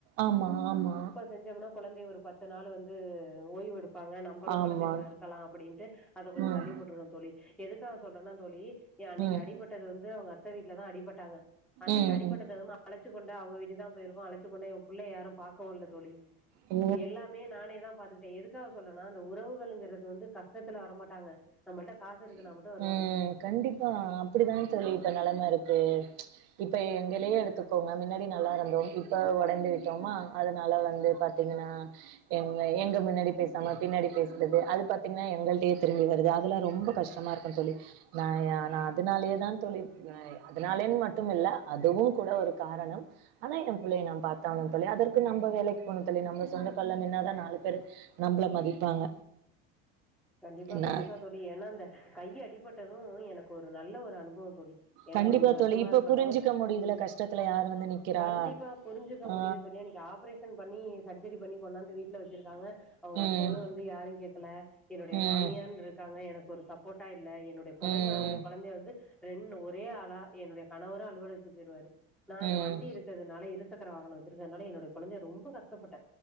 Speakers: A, on the right; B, in the centre.
A: ஆமா ஆமா
B: செஞ்சோமுனா கொழந்தை ஒரு பத்து நாளு வந்து ஓய்வெடு ப்பாங்க நம்பளு
A: ஆமா
B: கொழந்தைங்க கூட இருக்கலா அப்படின்ட்டு அத கொஞ்சு
A: ம்
B: தள்ளி போட்ருக்கோ தோழி எதுக்காக சொல்றனா தோழி ஏ அன்னைக்கு
A: ம்
B: அடிப்பட்டது வந்து அவேங்க அத்த வீட்லதா அடிப்பட்டாங்க அன்னைக்கு
A: ம்
B: அடிப்பட்டதனமா
A: ம்
B: அழச்சு கொண்டா அவுங்க வீட்டுக்குதா போயிருக்கோ அழைச்சு கொண்டோய் உ புள்ளய யாரு பாக்க வர்ல தோழி
A: ஓ
B: எல்லாமே நானே தா பாத்துகிட் ட எதுக்காக சொல்றனா இந்த உறவுகள்ங்கிறது வந்து கஷ்டத்துல வரமாட்டாங்க நம்மள்ட்ட காசு இருக்குனா
A: ம்
B: மட்டு வருவாங்க
A: ம் கண்டிப்பா அப்படிதா தோழி இப்ப நெலம இரு து ம்ச் இப்ப எங்கலயே எடுத்துக்கோங்க மின்னாடி நல்லா இருந்தோம் இப்ப ஒடைந்து வி எம்மா அதனால வந்து பாத்தீங்கன்னா எங்க எங்க மின்னாடி பேசாம பின்னாடி பேசு றது அது பாத்தீங்கன்னா எங்கள்ட்டயே திரும்பி வருது அதெல்லா ரொம்ப கஷ்டமா இருக்கு தோழி ந ய நா அதனாலயேதா தோழி அதனாலயுன்னு மட்டுமில்ல அதுவு கூட ஒரு காரணம் ஆனா என் பு ள்ளய நாம் பாத்தாகனும் தோழி அதற்கு நம்ம வேலைக்கு போணு தோழி நம்ம சொந்தக்கால்ல நின்னாதா நாலு பேரு நம்பள மதிப்பாங்க
B: கண்டிப்பா
A: என்ன
B: கண்டிப்பா தோழி ஏனா அந்த கை அடிபட்டது எனக்கு ஒரு நல்ல ஒரு அனுபவம் தோழி ஏனா
A: கண்டிப்பா
B: ரெண்டு வருஷமா
A: தோழி இப்ப
B: இருக்கட்டு
A: புரிஞ்சுக்க முடியுதுல
B: ம்
A: கஷ்டத்துல யார் வந்து நிக்கிறா
B: கண்டிப்பா புரிஞ்சுக்க
A: ஆ
B: முடியுது தோழி இன்னைக்கு ஆப்ரேஷன் பன்னி சர்ஜரி பண்ணி கொண்டாந்து வீ ட்ல வெச்சிருக்காங்க அவுங்க
A: ம்
B: அத்த இன்னு வந்து யாரையு கேட்கல என்னுடைய
A: ம்
B: மாமியார்ன்ட்டு இருக்கு க்காங்க எனக்கு ஒரு சப்போர்ட்டா இல்ல என்னுடைய கொழந்த
A: ம்
B: கொழந்தய வந்து ரெண் ஒரே ஆளா என்னுடைய கணவரு அலுவலகத்துக்கு போய்ருவாரு நா இந்த
A: ம்
B: வண்டி இருக்கறதுனால இரு இரு சக்கர வாகனோ வெச்சிறுக்கிறதுனால என்னுடைய கொழந்தய ரொம்ப கஷ்டப்பட்ட